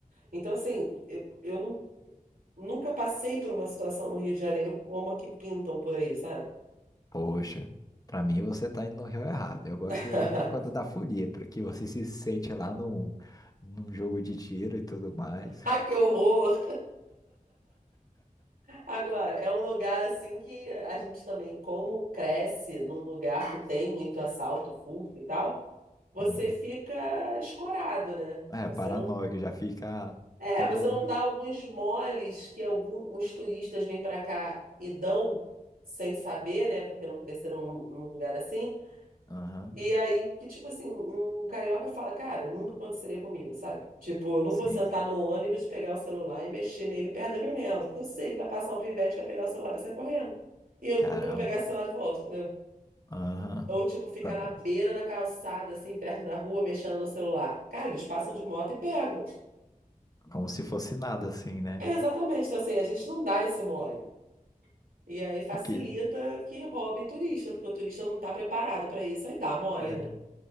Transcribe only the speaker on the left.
Poxa, pra mim você tá indo no rio errado. Eu gosto
do rio por conta da folia, porque você se sente lá no, num jogo de tiro e tudo mais.
E,
é,
paranoico,
já fica
todo.
Aham,
sim.
Caramba.
Aham.
Pra-
Como se fosse nada assim, né?
Porque.
É,